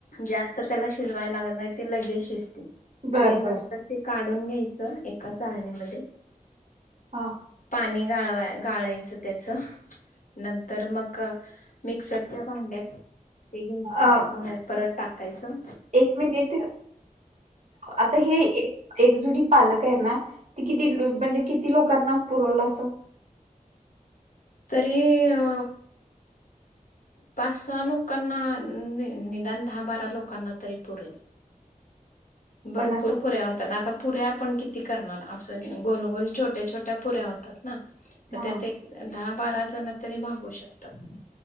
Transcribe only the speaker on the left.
जास्त त्याला शिजवायला लागत नाही, ते लगेच शिजते. ते
नंतर ते काढून घ्यायचं, एका चाळणीमध्ये.
पाणी गाळवाय-गाळायचं त्याचं नंतर मक! मिक्सरच्या भांड्यात ते घ्यायचं
भां परत टाकायचं.
तरी अ. पाच सहा लोकांना नि निदान दहा बारा लोकांना तरी पुरेल. भरपूर
पुऱ्या होतात आत. पुऱ्या आपण किती करणार असं गोलगोल छोट्या छोट्या पुऱ्या होतात ना
त्यात काय. दहा बारा जण तरी भागू शकतात.